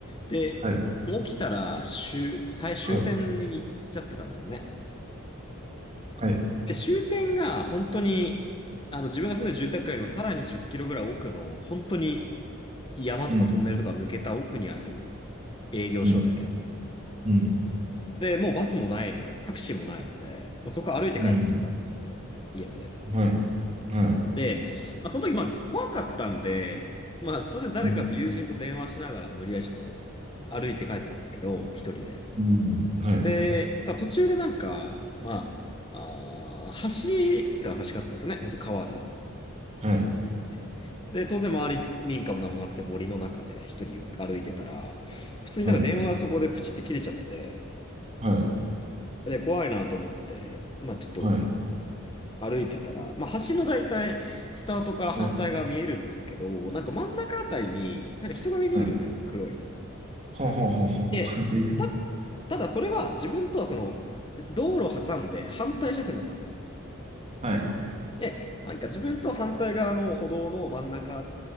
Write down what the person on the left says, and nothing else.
で、
もう起きたら終、最終点に行っちゃってたんですよね。
で、終点が本当に、あの、自分が住んでる住宅街よりもさらに10キロぐらい奥の、本当に山とかトンネルとか抜けた奥にある
営業所で、
で、もうバスもないので、タクシーもないので、もうそこは歩いて帰ることになったんですよ。
家まで。
で、まあ、その時、まあ、怖かったんで、まあ、当然誰かと友人と電話しながら、
無理やりちょっと歩いて帰ってたんですけど、一人で。
で、ただ途中でなんか、まあ、あー橋が差し掛かったんですよね。本当川で。
でで、当然周り民家も何もなくて森の中で一人歩いてたら、普通になんか電話がそこでプチって切れちゃって、
で、怖いなと思って、まあちょっと
歩いてたら、まあ、橋の大体、スタートから反対側見えるんですけど、
なんか真ん中あたりに、なんか人影見えるんですね、
黒い。
で、
た、ただそれは自分とはその、道路挟んで反対車線だったんですよ。
で、なんか自分と反対側の歩道の真ん中、